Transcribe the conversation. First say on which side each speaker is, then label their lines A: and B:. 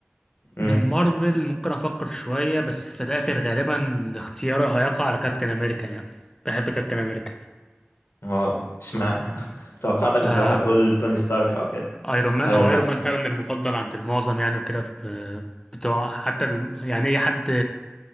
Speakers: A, on the left; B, on the left.
A: امم
B: من مارفل ممكن افكر شوية بس في الاخر غالبا اختياري هيقع على كابتن امريكا يعني بحب كابتن امريكا
A: واو اشمعنى <laughs> توقعتك
B: آه
A: بصراحة تقول توني ستارك او كده
B: ايرون مان
A: ايرون
B: هو
A: مان
B: ايرون مان فعلا المفضل عند المعظم يعني وكده في بتوع حتى ال... يعني اي حد